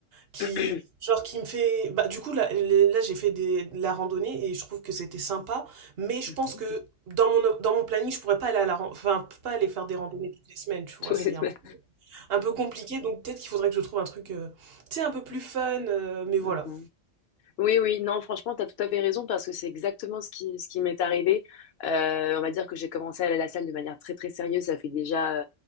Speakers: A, on the right; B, on the left.
A: qui,
B: <coughs> <clears throat>
A: genre, qui me fait... Bah, du coup, là, là j'ai fait des, de la randonnée et je trouve que c'était sympa, mais je
B: Mmh
A: pense que dans mon, dans mon planning, je pourrais pas aller à la, ran- enfin, pas aller faire des randonnées toutes les semaines,
B: <laughs>
A: tu vois,
B: Tous les
A: c'est
B: semaines.
A: un un peu compliqué, donc peut-être qu'il faudrait que je trouve un truc, euh, tu sais, un peu plus fun, euh, mais voilà.
B: Mmh Oui, oui, non, franchement, tu as tout à fait raison parce que c'est exactement ce qui, ce qui m'est arrivé. Euh, on va dire que j'ai commencé à aller à la salle de manière très, très sérieuse. Ça fait déjà euh,